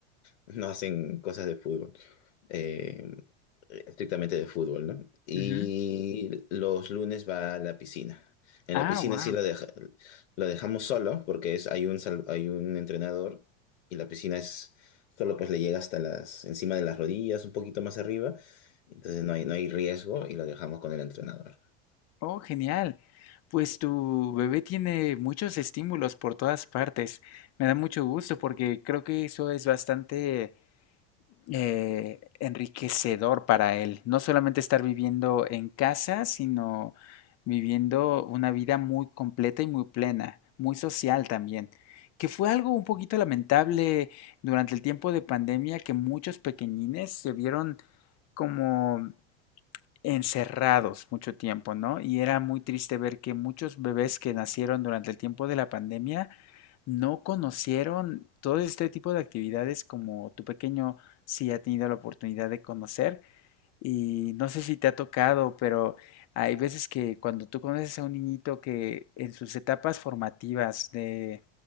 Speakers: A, on the left; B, on the left.
A: no hacen cosas de fútbol, eh, estrictamente de fútbol, ¿no? Y
B: ujú.
A: los lunes va a la piscina. En
B: Ah,
A: la piscina
B: wow.
A: sí la, deja- la dejamos solo porque es, hay un, sal- hay un entrenador y la piscina es solo pues le llega hasta las, encima de las rodillas, un poquito más arriba. Entonces no hay, no hay riesgo y lo dejamos con el entrenador.
B: Oh, genial. Pues tu bebé tiene muchos estímulos por todas partes. Me da mucho gusto porque creo que eso es bastante eh, enriquecedor para él. No solamente estar viviendo en casa, sino viviendo una vida muy completa y muy plena, muy social también. Que fue algo un poquito lamentable durante el tiempo de pandemia que muchos pequeñines se vieron como encerrados mucho tiempo, ¿no? Y era muy triste ver que muchos bebés que nacieron durante el tiempo de la pandemia no conocieron todo este tipo de actividades como tu pequeño sí ha tenido la oportunidad de conocer y no sé si te ha tocado, pero hay veces que cuando tú conoces a un niñito que en sus etapas formativas de,